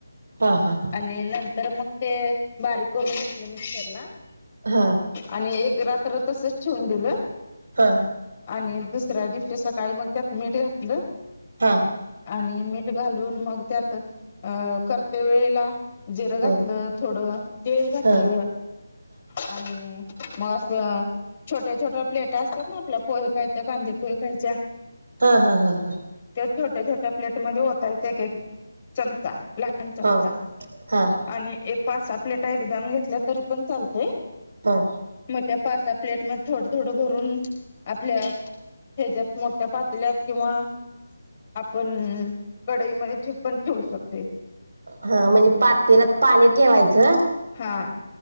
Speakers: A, on the right; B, on the left.
A: हा हा
B: आणि नंतर मग ते बारीक करून घेतल मिक्सर ला
A: हा
B: आणि एक रात्र तसच ठेवून दिलं
A: हा
B: आणि दुसऱ्या दिवशी सकाळी मग त्यात मीठ घातलं
A: हा.
B: आणि मीठ घालून मग त्यात अ करते वेळेला जिरं घातलं
A: हा
B: थोडं तीळ घातलं
A: ह
B: आणि मग असं छोट्या-छोट्या प्लेटा असत्यात ना आपल्या पोहे खायच्या कांदे पोहे खायच्या
A: हां, हां, हां, हां.
B: छोट्या-छोट्या प्लेट मध्ये ओतायच एक-एक चमचा, लहान चमचा
A: ह ह ह
B: आणि एक पास-सहा प्लेटा एकदम घेतल्या तरी पण चालतय
A: हा
B: मग त्या पाच प्लेट मध्ये थोडं- थोडं भरून आपल्या ह्याच्यात मोठ्या पातल्यात किंवा आप कढईमध्ये ठिपुण पण ठेवू शकतो.
A: हां म्हणजे पातेलात पाणी ठेवायचं
B: हा